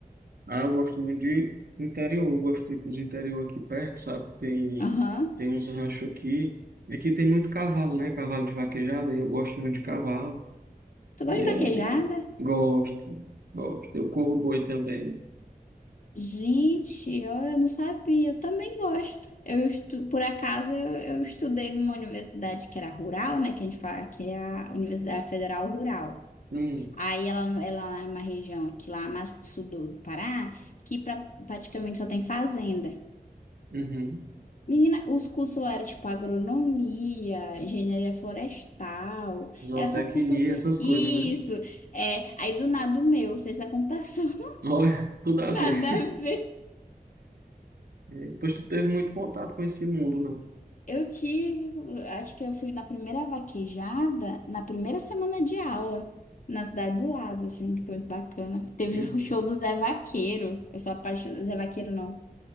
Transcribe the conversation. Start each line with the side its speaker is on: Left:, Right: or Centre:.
Right: Ah, eu gosto muito de interior, eu gosto de ir pros interior aqui perto, sabe? Tem,
Left: Aham.
Right: tem uns ranchos aqui. E aqui tem muito cavalo, né? Cavalo de vaquejada, e eu gosto muito de cavalo.
Left: Tu gosta
Right: E
Left: de
Right: aí,
Left: vaquejada?
Right: gosto, gosto. Eu corro boi também.
Left: Gente, eu, eu não sabia. Eu também gosto. Eu estu... Por acaso, eu, eu estudei numa universidade que era rural, né? Que a gente fala que é a Universidade Federal Rural.
Right: Hum,
Left: Aí ela, não- ela é uma região aqui lá mais pro sul do Pará, que pra, praticamente só tem fazenda.
Right: uhum.
Left: Menina, os cursos lá eram tipo agronomia, engenharia florestal,
Right: zootecnia,
Left: era só curso assim.
Right: essas
Left: Isso!
Right: coisas, né?
Left: É, aí do nada o meu, ciência da computação, <laughs>
Right: Olha, <laughs> tudo a ver.
Left: nada
Right: <laughs>
Left: a ver.
Right: E aí, Depois tu teve muito contato com esse mundo, não?
Left: Eu tive, acho que eu fui na primeira vaquejada, na primeira semana de aula, na cidade do lado, assim, foi muito bacana. Teve
Right: Uhum.
Left: o show do Zé Vaqueiro, eu sou apaixonada, Zé Vaqueiro não.